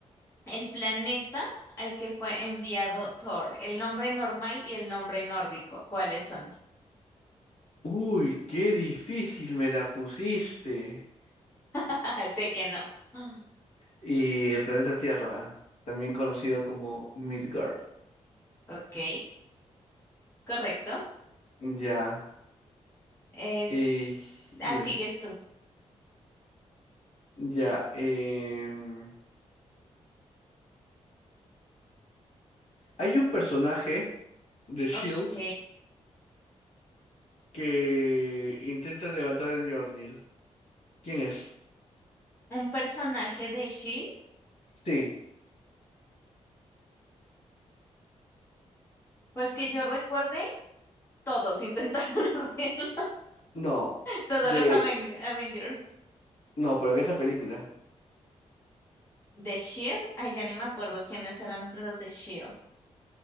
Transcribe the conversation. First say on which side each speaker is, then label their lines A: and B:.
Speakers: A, on the left; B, on the left.
A: el planeta al que fue enviado Thor? El nombre normal y el nombre nórdico, ¿cuáles son?
B: Uy, qué difícil me la pusiste.
A: <laughs> Sé que no. <gasps>
B: Y el planeta Tierra, también conocido como Midgard.
A: Ok, correcto.
B: Ya.
A: Es,
B: Eh, dime,
A: así que tú.
B: ya. em, hay un personaje de Shield
A: Ok.
B: que intenta levantar el Mjolnir. ¿Quién es?
A: Un personaje de Shield.
B: Sí,
A: Pues que yo recuerde, todos intentaron <laughs> hacerlo.
B: no,
A: Todos
B: de,
A: los Aven- Avengers.
B: no, pero en esa película.
A: ¿De Shield? Ay, ya ni me acuerdo quiénes eran los de Shield.